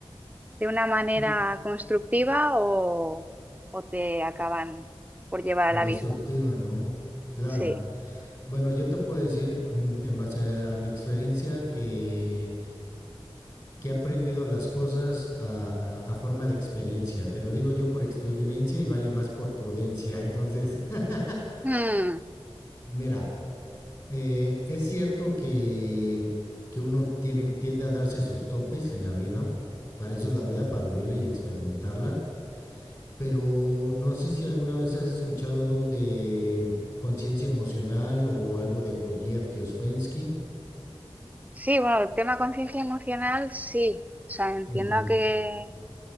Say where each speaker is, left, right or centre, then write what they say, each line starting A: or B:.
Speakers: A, on the right; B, on the left.
A: de una manera
B: Pu-
A: constructiva o, o te acaban por llevar al
B: O
A: abismo.
B: destructiva, ¿no? Claro.
A: Sí.
B: Bueno, yo te puedo decir, mm, en base a, a mi experiencia, que, que he aprendido las cosas a, a- a forma de experiencia. Te lo digo yo por experiencia y vale más por prudencia. Entonces, <laughs>
A: Mm,
B: mira, eh, es cierto que, que uno tiene, tiende a darse sus topes en la vida. Para eso es la vida, para vivirla y experimentarla. Pero no sé si alguna vez has escuchado de conciencia emocional o algo de Gurdjieff y Ospensky.
A: sí, bueno, el tema conciencia emocional, sí. O sea, entiendo
B: Ujú,
A: que...